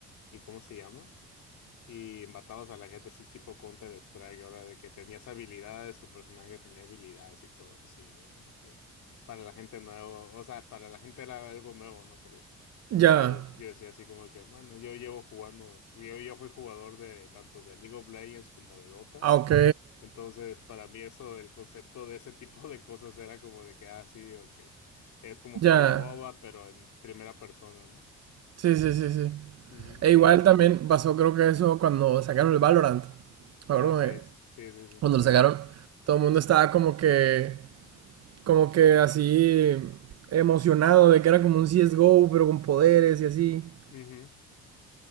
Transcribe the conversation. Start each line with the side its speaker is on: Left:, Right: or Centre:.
Left: ¿Y cómo se llama? y matabas a la gente así tipo Counter-Strike, ahora de que tenías habilidades, tu personaje tenía habilidades y todo eso, y era como que para la gente nuevo, o sea, para la gente era algo nuevo, ¿no? Pero
Right: Ya.
Left: pues yo, de- yo decía así como que, bueno, yo llevo jugando, porque yo, yo fui jugador de tanto de League of Legends como de Dota,
Right: Ah, ok.
Left: entonces para mí eso, el concepto de ese tipo de cosas era como de que, ah, sí, ok, es como jugar
Right: Ya.
Left: un MOBA, pero en primera persona, ¿no?
Right: Sí, sí, sí, sí.
Left: Ujú.
Right: E igual también pasó, creo que eso cuando sacaron el Valorant.
Left: Ah,
Right: Me acuerdo
Left: sí,
Right: que
Left: sí, sí, sí,
Right: cuando
Left: sí.
Right: lo sacaron, todo el mundo estaba como que, como que así emocionado de que era como un CSGO, pero con poderes y así.
Left: Ujú.